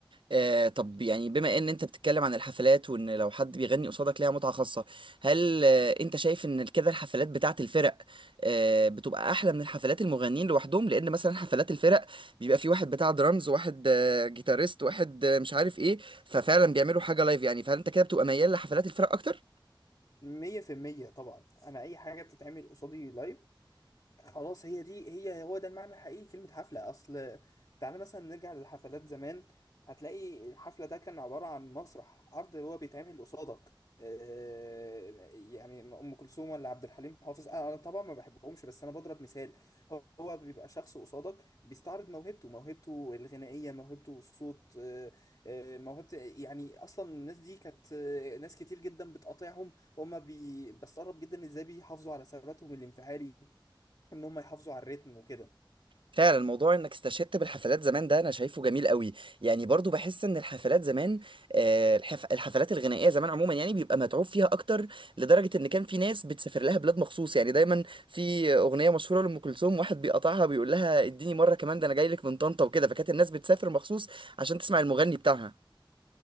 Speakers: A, on the right; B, on the left.
A: آه طب يعني بما ان انت بتتكلم عن الحفلات وان لو حد بيغني قصادك ليها متعة خاصة هل آه انت شايف ان كده الحفلات بتاعت الفرق آه بتبقى احلى من حفلات المغنيين لوحدهم لان مثلا حفلات الفرق بيبقى في واحد بتاع درامز واحد آه جيتاريست واحد آه مش عارف ايه ففعلا بيعملوا حاجة لايف يعني فهل انت كده بتبقى ميال لحفلات الفرق اكتر
B: مية في المية طبعا أنا أي حاجة بتتعمل قصادي لايف خلاص هي دي هي هو ده المعنى الحقيقي كلمة حفلة أصل تعالى مثلا نرجع للحفلات زمان هتلاقي الحفلة ده كان عبارة عن مسرح عرض هو بيتعمل قصادك آه، يعني أم كلثوم ولا عبد الحليم حافظ أنا أنا طبعا ما بحبهمش بس أنا بضرب مثال هو هو بيبقى شخص قصادك بيستعرض موهبته موهبته الغنائية موهبته الصوت آه، آه، موهبة يعني أصلا الناس دي كانت آه، ناس كتير جدا بتقاطعهم وهم بي... بستغرب جدا إزاي بيحافظوا على ثباتهم الانفعالي ان هم يحافظوا على الريتم وكده
A: فعلا الموضوع انك استشهدت بالحفلات زمان ده انا شايفه جميل قوي يعني برضو بحس ان الحفلات زمان آه، الحف... الحفلات الغنائيه زمان عموما يعني بيبقى متعوب فيها اكتر لدرجه ان كان في ناس بتسافر لها بلاد مخصوص يعني دايما في اغنيه مشهوره لام كلثوم واحد بيقطعها بيقول لها اديني مره كمان ده انا جاي لك من طنطا وكده فكانت الناس بتسافر مخصوص عشان تسمع المغني بتاعها